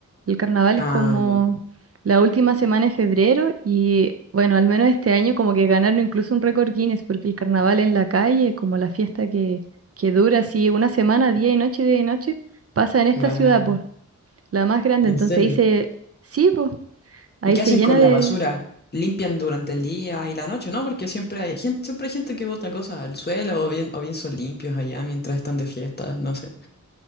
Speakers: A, on the right; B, on the left.
A: El carnaval
B: Ah,
A: es como la última semana de febrero y bueno, al menos este año como que ganaron incluso un récord Guinness porque el carnaval en la calle, como la fiesta que, que dura así una semana, día y noche, día y noche, pasa en esta
B: vale.
A: ciudad, pues, la más grande.
B: ¿En
A: Entonces
B: serio?
A: dice, sí, pues, ahí
B: ¿Y qué
A: se
B: hacen
A: llena
B: con
A: de...
B: la basura? ¿Limpian durante el día y la noche? No, porque siempre hay gente, siempre hay gente que bota cosas al suelo o bien, o bien son limpios allá mientras están de fiesta, no sé.